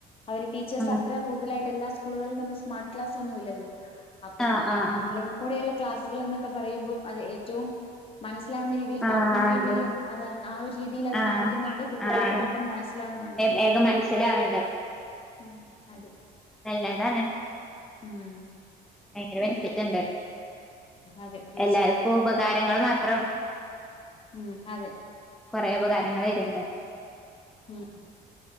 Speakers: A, on the left; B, in the centre.
A: അവര് ടീച്ചേർസ്
B: ആഹ്
A: അത്ര കൂടുതലായിട്ട് എല്ലാ സ്കൂളിലൊന്നും സ്മാർട്ട്ക്ലാസ് ഒന്നുമില്ലല്ലോ അപ്പം
B: ആഹ് ആഹ് ആഹ്
A: ഓൺലൈനീക്കൂടെയുള്ള ക്ലാസ് കൾ എന്നൊക്കെ പറയുമ്പോ അത് ഏറ്റവും മനസിലാവുന്ന രീതിയിൽ
B: അതെ
A: കാർട്ടൂൺ രീതിയിലും അത് ന്നാ ആ ഒരു രീതിയിൽ അത്
B: ആഹ്
A: കാണിക്കുന്നൊണ്ട് കുട്ടികൾക്ക്
B: ആഹ്
A: പെട്ടെന്ന് മനസ്സിലാവുന്നുണ്ട്
B: വേഗം മനസ്സിലാവണ്ട്
A: മ്മ് അത
B: നല്ലതാണ്
A: മ്മ്മ്
B: ഭയങ്കര ബെനിഫിറ്റുണ്ട്
A: അതെ തീർച്ചയായിട്ടും
B: എല്ലാര്ക്കും ഉപകാരങ്ങൾ മാത്രം
A: മ്മ് അതെ
B: റെ ഉപകാരങ്ങൾ
A: ഉം
B: വര്ണ്ട്
A: ഉം